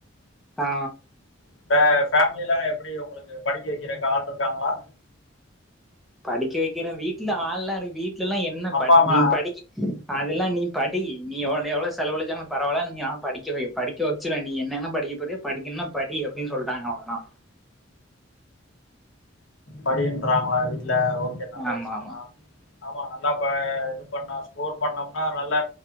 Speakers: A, in the centre; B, on the left.
A: ஆ
B: இந்த ஃபேமிலில்லா எப்டி உங்களுக்கு படிக்க வெக்கிறக் ஆள் இருக்காங்களா
A: படிக்க வைக்கிறே வீட்டுல ஆள்லா இரு வீட்ல எல்லா என்ன
B: அப்பா
A: ப
B: அம்மா
A: நீ படிக்கி அதெல்லா நீ படி நீ எவ் நீ எவ்வளோ செலவழிச்சாலு பரவால்ல நா படிக்க வை படிக்க வச்சுருவே நீ என்னென்ன படிக்க போறியோ படிக்கன்னா படி அப்டின் சொல்டாங்க அவுங்கள்ளா
B: படின்றாங்களா வீட்டுல ஓகே நல்ல
A: ஆமா
B: விஷ்யந்தா
A: ஆமா
B: ஆமா நல்லா ப இது பண்ணா ஸ்கோர் பண்ணோம்னா நல்ல